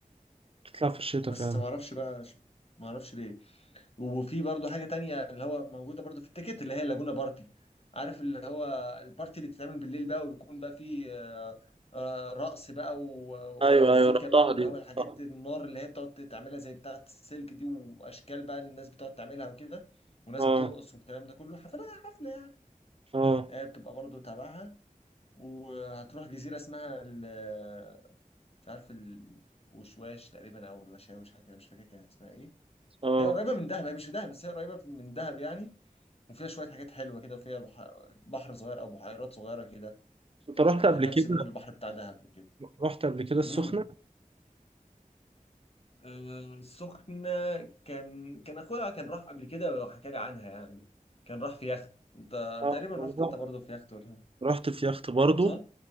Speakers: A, on the right; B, on the left.
A: بتطلع في الشتاء
B: بس
A: فعلا
B: ما اعرفش بقى ما اعرفش ليه وفي برضه حاجة تانية اللي هو موجودة برضه في التيكت اللي هي اللاجونا بارتي عارف اللي هو البارتي اللي بتتعمل بالليل بقى وبيكون بقى فيه آه، آه، رقص بقى و-
A: ايوه
B: ومزيكا
A: ايوه رحتها
B: بقى واللي
A: دي
B: هو الحاجات
A: رحتها.
B: النار اللي هي بتقعد تعملها زي بتاعة السلك دي وأشكال بقى الناس بتقعد تعملها وكده وناس
A: اه
B: بترقص والكلام ده كله حفلة حفلة يعني
A: اه
B: آه، بتبقى برضه تابعها وهتروح جزيرة اسمها ال- مش عارف الوشواش تقريبا أو الوشاوش حاجة كده مش فاكر كان اسمها إيه
A: اه
B: هي قريبة من دهب هي مش في دهب بس هي قريبة من دهب يعني وفيها شوية حاجات حلوة كده وفيها بح- بحر صغير أو بحيرات صغيرة كده
A: انت رحت
B: آه،
A: قبل
B: نفس
A: كده
B: لون البحر بتاع دهب وكده
A: رحت قبل كده السخنة
B: امم آه، السخنة كان كان أخويا كان راح قبل كده وحكى لي عنها يعني كان راح في يخت أنت
A: اه
B: تقريبا رحت
A: أنا رحت
B: أنت برضه في يخت ولا
A: رحت في يخت برضو
B: صح؟